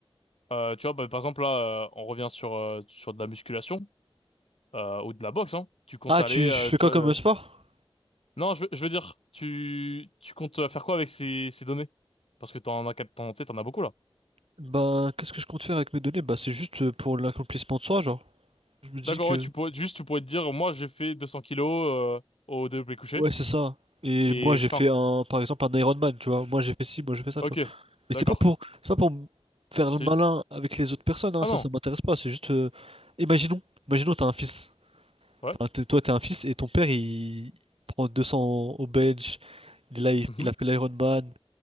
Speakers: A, on the left (about 75°); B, on the right (about 75°).
A: Euh, tu vois, bah, par exemple, là, euh, on revient sur, euh, sur de la musculation euh, ou de la boxe, hein. Tu comptes
B: Ah,
A: aller,
B: tu,
A: euh,
B: je fais
A: tu
B: quoi
A: vois...
B: comme
A: euh,
B: euh, sport?
A: Non, je veux, je veux dire, tu, tu comptes euh, faire quoi avec ces, ces données? Parce que t'en as, quel- t'en, tu sais, t'en as beaucoup, là.
B: Ben, qu'est-ce que je compte faire avec mes données? Bah, c'est juste euh, pour l'accomplissement de soi, genre. Je me dis
A: D'accord,
B: que,
A: ouais, tu pourrais, juste, tu pourrais te dire, moi, j'ai fait 200 kilos euh, au développé couché,
B: ouais, c'est ça. Et
A: et
B: moi, j'ai
A: fin.
B: fait un, par exemple, un Ironman, tu vois. Moi, j'ai fait ci, moi, j'ai fait ça,
A: Ok,
B: tu vois. Mais
A: d'accord.
B: c'est pas pour, c'est pas pour me faire le
A: Tu...
B: malin avec les autres personnes, hein,
A: Ah
B: ça,
A: non,
B: ça m'intéresse pas. C'est juste, euh, imaginons, imaginons, t'as un fils.
A: ouais.
B: Enfin, t'es- toi, t'es un fils et ton père, il prend 200 au bench. Il a, il
A: mhm.
B: a fait l'Ironman.